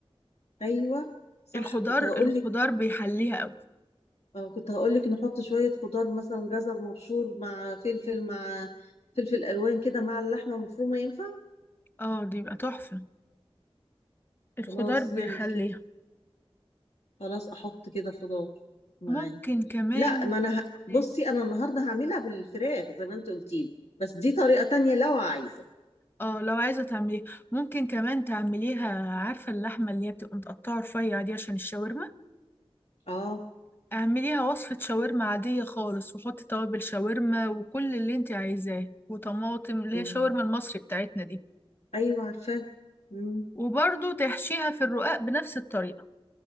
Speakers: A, on the left (about 85°); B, on the left (about 20°).
A: ايوه صح
B: الخضار
A: كنت هقول
B: الخضار
A: لك
B: بيحليها قوي
A: اه كنت هقولك نحط شوية خضار مثلا جزر مبشور مع فلفل مع فلفل ألوان كده مع اللحمة المفرومة ينفع؟
B: اه دي بقى تحفة الخضار
A: خلاص
B: بيحليها
A: نعمل كده خلاص أحط كده خضار معاها
B: ممكن كمان
A: لا ما أنا ه... بصي
B: إيه؟
A: أنا النهاردة هعملها بالفراخ زي ما أنت قلتي لي بس دي طريقة تانية لو عايزة
B: اه لو عايزة تعمليها ممكن كمان تعمليها عارفة اللحمة اللي هي بتبقى متقطعة رفيع دي عشان الشاورما
A: اه
B: اعمليها وصفة شاورما عادية خالص وحطي توابل شاورما وكل اللي انت عايزاه وطماطم اللي
A: مم.
B: هي الشاورما المصري بتاعتنا دي
A: أيوة عارفاه مم.
B: وبرضو تحشيها في الرقاق بنفس الطريقة